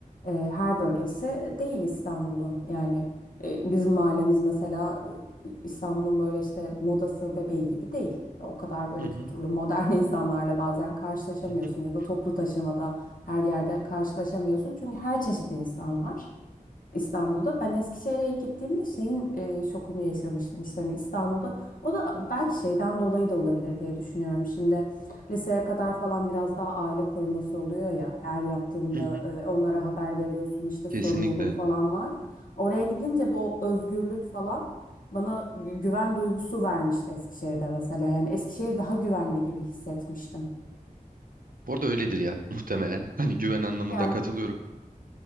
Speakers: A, on the left; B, on the right.
A: e, her bölgesi değil İstanbul'un. Yani e, bizim mahallemiz mesela e, İstanbul'un böyle işte modası bebeği gibi değil. O kadar böyle
B: Hı hı.
A: kültürlü modern <laughs> insanlarla bazen karşılaşamıyorsun
B: <laughs>
A: ya da toplu taşımada her yerde karşılaşamıyorsun. Çünkü her çeşit insan var. İstanbul'da. Ben Eskişehir'e ilk gittiğimde şeyin e, şokunu yaşamıştım işte hani İstanbul'da. O da belki şeyden dolayı da olabilir diye düşünüyorum. Şimdi liseye kadar falan biraz daha aile koruması oluyor ya. Eğer yaptığında
B: Hı hı.
A: e, onlara haber veriyorsun işte sorumluluk
B: Kesinlikle.
A: falan var. Oraya gidince bu özgürlük falan bana güven duygusu vermişti Eskişehir'de mesela. Yani Eskişehir daha güvenli gibi hissetmiştim.
B: Bu arada öyledir ya muhtemelen. Hani güven anlamında
A: Yani
B: katılıyorum.